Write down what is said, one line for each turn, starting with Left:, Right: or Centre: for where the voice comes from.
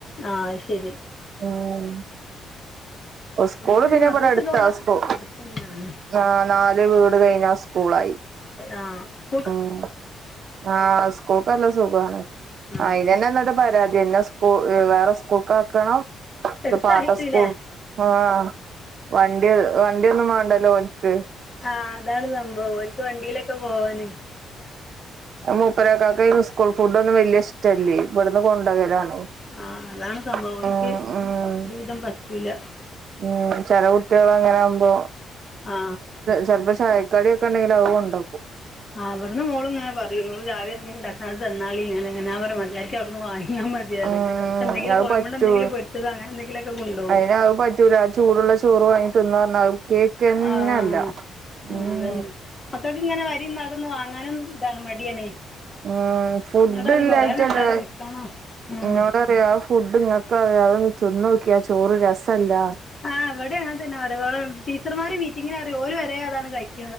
Left: ആ ശരി
Right: ഉം സ്കൂള്
Left: നമ്മൾ
Right: പിന്നെ
Left: മദ്രസൊക്കെ
Right: ഇബടട്ത്ത
Left: ഇവിടെ
Right: സ്കൂ
Left: എടുത്തന്നെയാണ്
Right: ആഹ് നാല് വീട് കഴിഞ്ഞാ സ്കൂളായി
Left: ആഹ്
Right: ഉം ആഹ് സ്കൂൾക്കല്ല സുഖാണ്
Left: ആ
Right: അയ്നെന്നന്നെട്ട് പരാതിയാ ഇന്നെ വേറെ സ്കൂക്കാക്കണം ഇത്
Left: എടുത്തായിട്ടില്ലേ
Right: പാട്ട സ്കൂൾ ആഹ് വണ്ടി വണ്ടിയൊന്നും വേണ്ടല്ലോ എന്ക്ക്.
Left: ആ അതാണ് ഓൽക്ക് വണ്ടിയിലൊക്കെ പോവാന്.
Right: ആ മുപ്പരകാക്ക ഈ സ്കൂൾ ഫുഡ ഒന്നും വല്യ ഇഷ്ട ചെല്ലി ഇവിടുന്ന് കൊണ്ടകലാണ്.
Left: ആഹ അതാണ് സംഭവം.
Right: ഉം
Left: ഓൽക്ക്
Right: ഉം
Left: ഒരുവിധം പറ്റൂല.
Right: ഉം ചെല കുട്ടികൾ അങ്ങനെ ആകുമ്പോ,
Left: ആ
Right: ചെലപ്പോ <unintelligible> കടിയൊക്കെണ്ടങ്കില് അവള്‌ കൊണ്ടോക്കും.
Left: അവിടുന്ന് മോളുംങ്ങനെ പറയും, ഇങ്ങള് രാവലെ എന്തലും ഉണ്ടാക്ക അത് തന്നാളി, ഇങ്ങനെങ്ങനാ പറയും. മര്യാക അവിടുന്ന് വാങ്ങ്യ മതി. <unintelligible>
Right: ഉം
Left: എന്തെങ്കിലും
Right: അത്
Left: കോയമ്പോണ്ടാ
Right: പറ്റൂല
Left: എന്തെങ്കിലും പൊരിച്ചത് അങ്ങെനെന്തെങ്കിലും ക് കൊണ്ടോവും.
Right: അയിന് <unintelligible> ചൂടുള്ള ചോറ് വാങ്ങി തിന്ന പറഞ്ഞ അത് കേക്കന്നല്ല.
Left: ആഹ് ആഹ്
Right: ഉം.
Left: അതന്നെ മക്കൾക്ക് ഇങ്ങനെ വരി നടന്ന് വാങ്ങാനും, ഇതാണ് മടിയാണേ.
Right: ഉം ഫുഡ്
Left: ന്നൊടറെ
Right: ഇല്ലായിട്ടല്ല
Left: കൊറെ നേര അവിടെ നിക്കണം. ഉം.
Right: എന്നോട് ആ ഫുഡ് ങ്ങക്കറിയാം അതൊന്നന്ന് തിന്ന നോക്ക്യ ആ ചോറ് രസമല്ല.
Left: ആ ഇവ്ടെ അങ്ങനെ തന്നെ പറ. ടീച്ചർമാര് മീറ്റിങ്ങിനും പറിയോ ഒരുര് വരെ അതാണ് കഴിക്ക.